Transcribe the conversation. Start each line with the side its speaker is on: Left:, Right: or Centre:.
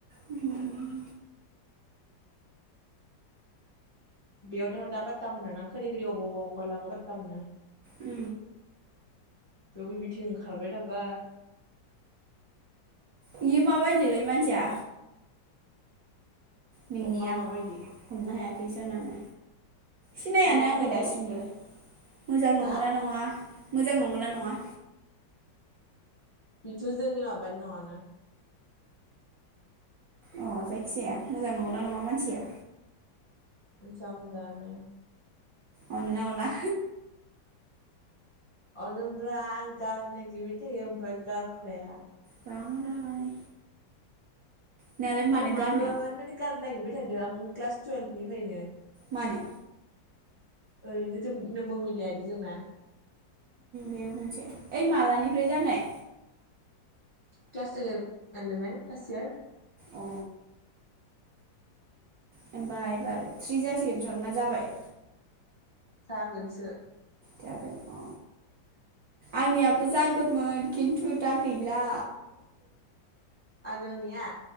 Right: उम।
Left: बेयावथ' दा पाट्टा मोनाना खोरि खोरि अबाव अबाव ओंखारलाङो पाट्टा मोना।
Right: उ।
Left: थेवबो बिथिं ओंखारबाय थाबा
Right: बियो माबायदिलाय मानसिया? मिनिया
Left: मामा बायदि
Right: हमना हाया फैसा नाङो। सिनायानो
Left: मामा
Right: आङो
Left: बायदि
Right: दासिमबो मोजां
Left: हा
Right: नंगौना नङा? मोजां नंगौना नङा?
Left: बेथ' जोंनि माबानि नङाना
Right: अ जायखिजाया मोजां नंगौना नङा मानसिया
Left: मोनथिया आं दानो
Right: अनोना अना?
Left: अनोब्रा आं गारनो नागिबाय थायो ओमफ्राय गारखाया
Right: बा मालाय। नोंहालाय मानो
Left: आं मालानिफ्रायनो
Right: गारनो
Left: गारनो नागिरबाय थादो आं क्लास टुयेल्भनिफ्रायनो
Right: मानो?
Left: ओरैनो ज नोंबो मिलायादि जोंना
Right: बेबो मोनसे ओइ मालानिफ्राय जानाय?
Left: Class eleven eleven first year
Right: अ होमबा एबार थ्रि जासिगोन सन ना जाबाय
Left: जागोनसो
Right: जागोन अ आंनियाबो जागौमोन खिन्थु दा गैला
Left: आगोलनिया?